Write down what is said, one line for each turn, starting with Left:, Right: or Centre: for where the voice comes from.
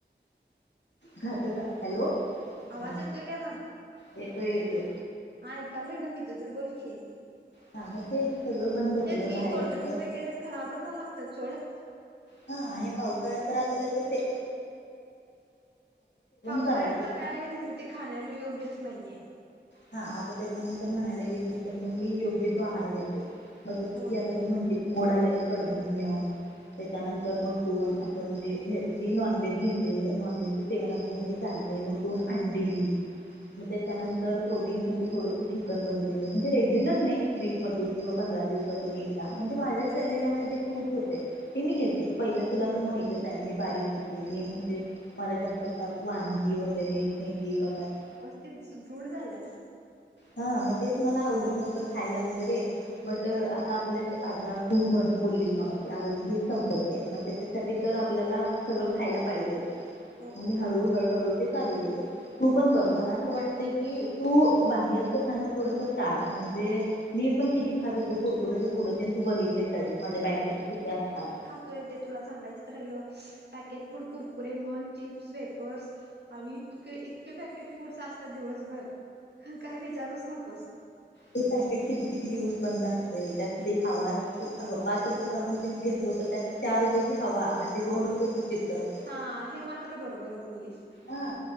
Left: खाल्लं का?
Right: होय
Left: हॅलो?
Right: आवाज
Left: हा,
Right: येतोय काय
Left: येतोय-येतोय.
Right: आयकालू ग, मी तुझं बोल की तेच
Left: हा मग सगळं बंद कर
Right: कि,
Left: बाहेरच
Right: कोल्ड्रिंक्स वगैरे, खराबच <unintelligible> सोड.
Left: हा आणि पावसाळ्यात, तर आता, त ते
Right: पावसाळ्यात,
Left: करायचंच
Right: तर काय ते खाण्याला, योग्यच नाहीये.
Left: हा, आता त्याच्यानंतर म्हणायला गेलीस, तर मग मी योग्य तो आहार घेतो, मग जस
Right: होय
Left: की आता, तू म्हण एक मोड आलेलं, कडधान्य त्याच्यानंतर मग दोन असं, म्हणजे मी नॉनव्हेज घेते, नॉनव्हेज सेवन आमच्या घरी चालतय, मग दोन अंडी, मग त्याच्यानंतर तर प्रोटीनसाठी, थोडंसं चिकन वगैरे, म्हणजे रेग्युलर नही, वीकमधून किंवा पंधरा दिवसातून एकदा. म्हणजे माझ्या
Right: बरं
Left: शरीराला, जे सूट होते. ती मी घेते, पहिला तुला तर माहतीच आहे, मी बारीक होते, मी म्हणजे मला जास्त वांगी वगैरे, मेथी गवारी
Right: तेच, सुदृढ झाल्यास
Left: हां, म तेच, मला आवडत नव्हतं, खायला वगैरे. बट आता आपल्या, आता तूच बोललीस मगाशी, आरोग्य हीच संपत्ती. मग त्याच्यासाठी, तर आपल्याला, सगळं खायला पाहिजे.
Right: <inaudible>
Left: म मी, हळू-हळूहळू ते चालते, तू पण बघ, मला असं वाटत की, तू बाहेरचं खाणं, थोडसं टाळ, म्हणजे मी पण किती खाते, हो कुरकुऱ्याच्या पुड तू बघितलीईस येस, माझ्या बॅग मध्ये, किती असतात.
Right: अय, तेे तुला सांगायच राहिल, पॅकेट फूड, कुरकुरे म्हन चिप्स, वेपर्स आणि इतके -इतके पॅकेट फूड्स असतात, दिवसभर काय विचारूच नकोस.
Left: हे पॅकेट किती-किती दिवस बंद असतय, त्यात ते हवा आपण पाच रुपयाच, आपण चिप्स घेतलो, तर त्यात चार रुपयाची हवा आणि ते दोन रुपयाची चिप्स असते
Right: हा, हे मात्र बरोबर बोललीस.
Left: हा